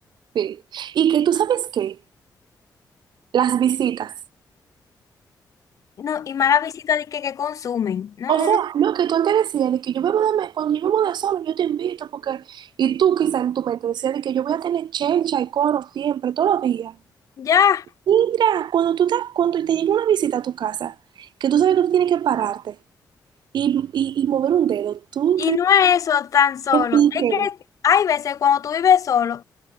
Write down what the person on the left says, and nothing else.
No, y mala visita de que, que consumen. No,
no,
no.
Ya.
Y
no es eso tan solo.
Es que hay veces cuando tú vives solo,